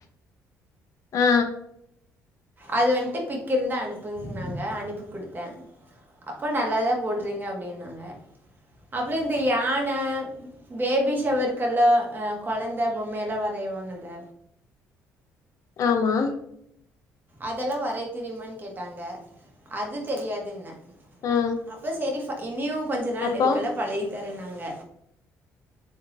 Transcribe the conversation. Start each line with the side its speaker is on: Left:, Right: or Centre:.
Left: ஆ
Right: அது வன்ட்டு பி்க் இருந்தா அனுப்புங்னாங்க அனுப்பி குடுத்தே. அப்போ நல்லாதா போடுறீங்க அப்டின்னாங்க. அப்புறோ இந்த யான பேபி ஷவருக்கெல்லா ஆ கொழந்த பொம்மயெல்லா வரைவாங்கல்ல
Left: ஆமா
Right: அதெல்லாம் வரை தெரியுமானு கேட்டாங்க அது தெரியாதுன
Left: ஆ
Right: அப்ப சேரி பா இனியும் கொஞ்ச நாள்
Left: அப்போ
Right: இருக்கல பழைய தர நாங்க